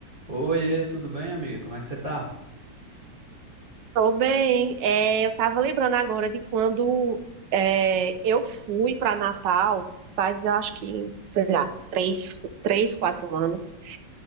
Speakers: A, on the right; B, on the right.
A: Oiê, tudo bem, amiga? Como é que você tá?
B: Tô bem. É, eu tava lembrando agora de quando é, eu fui para Natal, faz eu acho que, sei lá, três, três, quatro anos.